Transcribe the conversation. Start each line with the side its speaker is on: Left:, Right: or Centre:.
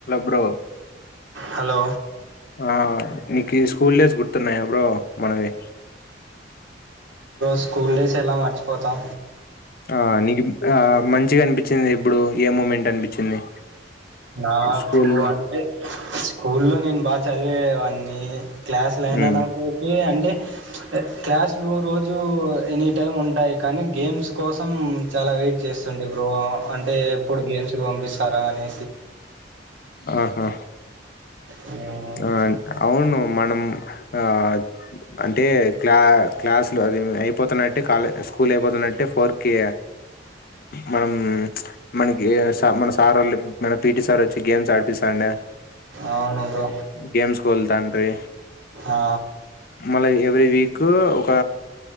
Left: Bro
Right: hello
Left: ఆ school days గుర్తున్నా ఎ బ్రో మనవి
Right: స్కూల్ ఎలా మర్చిపోతాం
Left: ఆ నీకు ఆ మంచిగా అనిపించింది ఇప్పుడు ఏ మూమెంట్ అనిపించింది
Right: నాకువ
Left: స్కూల్లో
Right: అంటే స్కూల్ లో నేను బాగా చదివేవాణ్ణి క్లాసుల అయినా
Left: ఉమ్
Right: నాకు ఒకే అంటే క్లాస్ లో రోజు ఎనీ టైమ్ ఉంటాయి కానీ గేమ్స్ కోసం చాలా వెయిట్ చేస్తుండే ఇప్పు అంటే ఇప్పుడు గేమ్స్ పంపిస్తారా అని
Left: ఆహా
Right: మ్మ్.
Left: ఆన్ అవును మనం ఆ అంటే క్లా క్లాసులు అది అయిపోతున్నట్టే కాలే స్కూల్ అయిపోతున్నట్టే ఫోర్కి మనం మనకి మన సార్ వాళ్ళు మన పిటీ సార్ వచ్చి గేమ్స్ ఆడిపిస్తాండి
Right: అవును బ్రొ
Left: గేమ్స్ కోల్తాన్డ్రీ
Right: ఆ,
Left: మళ ఎవ్రీ వీక్ కు ఒక